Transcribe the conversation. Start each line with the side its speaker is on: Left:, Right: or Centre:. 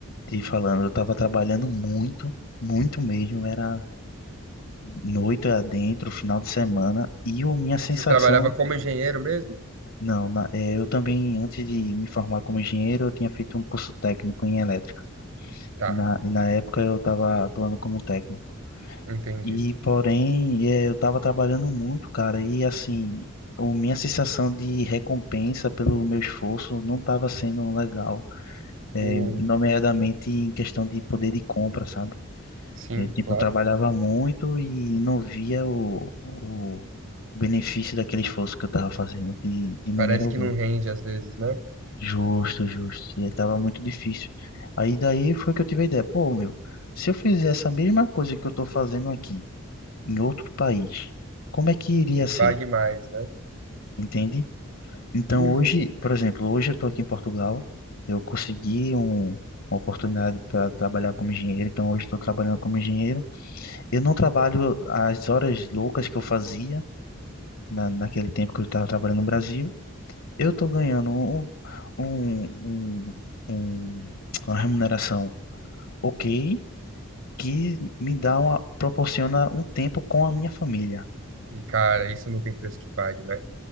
Left: te falando. Eu estava trabalhando muito, muito mesmo. Era noite adentro, final de semana, e a minha sensação.
Right: Você trabalhava como engenheiro mesmo?
Left: Não, na- é, eu também, antes de me formar como engenheiro, eu tinha feito um curso técnico em elétrica.
Right: Tá,
Left: Na, e na época eu estava atuando como técnico.
Right: entendi.
Left: E, porém, é, eu estava trabalhando muito, cara, e assim, o, minha sensação de recompensa pelo meu esforço não estava sendo legal, é,
Right: O...
Left: nomeadamente em questão de poder de compra, sabe?
Right: Sim,
Left: Eu, tipo,
Right: claro.
Left: eu trabalhava muito e não via o, o benefício daquele esforço que eu estava fazendo de, de maneira
Right: Parece
Left: alguma.
Right: que não rende às vezes, né?
Left: Justo, justo. E tava muito difícil. Aí daí foi que eu tive a ideia, pô, meu, se eu fizer essa mesma coisa que eu tô fazendo aqui, em outro país, como é que iria
Right: Que pague
Left: ser?
Right: mais, né?
Left: Entende? Então
Right: Uhum.
Left: hoje, por exemplo, hoje eu tô aqui em Portugal, eu consegui um, uma oportunidade para trabalhar como engenheiro, então hoje estou trabalhando como engenheiro. Eu não trabalho as horas loucas que eu fazia na, naquele tempo que eu estava trabalhando no Brasil, eu tô ganhando um, um, um- um- uma remuneração ok, que me dá uma, proporciona um tempo com a minha família.
Right: E, cara, isso não tem preço que pague, né?